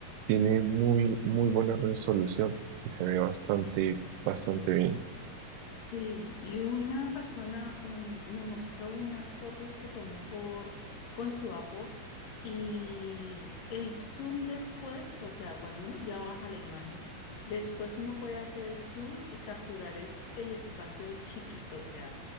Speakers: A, on the right (about 85°); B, on the left (about 65°).
A: tiene muy, muy buena resolución y se ve bastante, bastante bien.
B: Sí, y una persona un- me mostró unas fotos que tomó por con su Apple y el zoom después, o sea, cuando uno ya baja la imagen, después uno puede hacer el zoom y capturar el, el espacio chiquito, o sea,